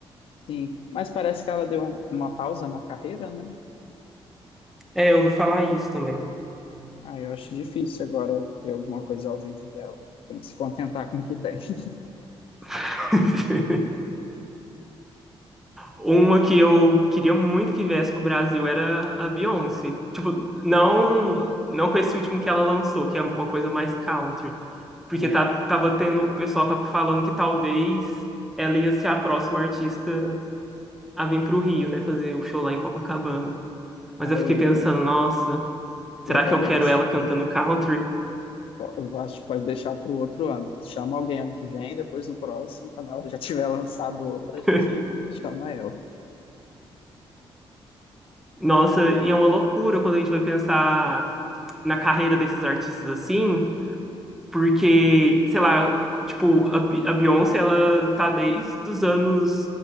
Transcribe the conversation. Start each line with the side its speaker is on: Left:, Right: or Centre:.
Left: Sim, mas parece que ela deu uma pausa na carreira, né?
Centre: É, eu ouvi falar isso também.
Left: Ah, eu acho difícil agora ter alguma coisa ao vivo dela. Tem que se contentar com o que tem. <laughs>
Centre: <laughs> Uma que eu queria muito que viesse pro Brasil era a Beyoncé. Tipo, não, não com esse último que ela lançou, que é uma coisa mais country. Porque
Left: É,
Centre: tá, tava tendo, o pessoal tava falando que talvez ela ia ser a próxima artista a vir pro Rio, né? Fazer o show lá em Copacabana.
Left: ah,
Centre: Mas eu fiquei
Left: eu,
Centre: pensando,
Left: eu,
Centre: nossa,
Left: eu
Centre: será
Left: também
Centre: que eu quero
Left: acho
Centre: ela cantando
Left: que
Centre: country?
Left: po- eu acho que pode deixar para o outro ano. Chama alguém ano que vem, depois no próximo, quando ela <laughs> já tiver lançado outra, a gente
Centre: <laughs>
Left: chama ela.
Centre: Nossa, e é uma loucura quando a gente vai pensar na carreira desses artistas assim, Porque, sei lá, tipo, a, Bi- a Beyoncé, ela tá desde os anos